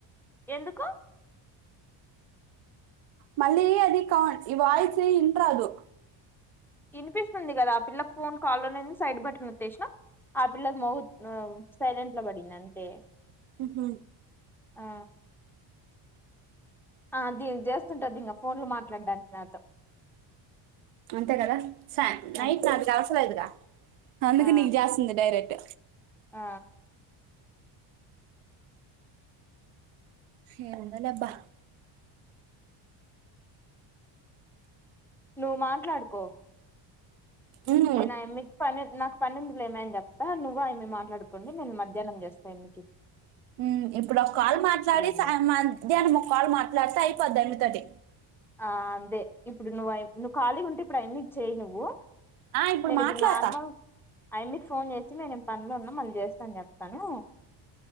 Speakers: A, in the centre; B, on the right.
A: ఎందుకు
B: మళ్లీ అది కౌన్ ఈ వాయిసి ఇంట్రాళ్ళు
A: ఇనిపిస్తుంది గదా ఆ పిల్ల ఫోన్ కాల్ను నేను సైడ్ బటనొత్తేష్న ఆ పిల్లది మోగు సైలెంట్ల పడింధంతే
B: ఉహ్హూ
A: ఆ ఆ దెగ్ జేస్తుంటంద్దింగ ఫోన్లు మాట్లాడ్డానికి నాతో
B: అంతే కదా సా నైట్
A: అంతే
B: నాకు జాస్తలేదుగా అందుకు
A: ఆ
B: నీక్ జాస్తుంది డైరెక్ట్
A: ఆ
B: ఏవున్నదబ్బా
A: నువ్వు మాట్లాడుకో
B: ఉమ్
A: నేనా యమ్మికి పని నాక్ పనిందిలేమీ అన్జెప్తా నువ్వు ఆయమ్మీ మాట్లాడుకొండి నేన్ మధ్యాహ్నం జేస్త నీకి
B: మ్మ్ ఇప్పుడోక్కాల్ మాట్లాడి
A: ఇంగ
B: సా మధ్యాహ్నం ఒక్కాల్ మాట్లాడితే అయిపోద్దాయమ్మితోటి
A: ఆ అంతే ఇప్పుడు అయ్ నువ్వు నువ్ ఖాళీగా ఉంట ఇప్పుడు అఎన్ని చేయి నువ్వు
B: ఆ
A: నేను
B: మాట్లాడతా
A: ఇప్పుడు నార్మల్ అయమ్మీ ఫోన్ చేసి నేనేం పనులో ఉన్నాం మళ్ళీ చేస్తాని చెప్తాను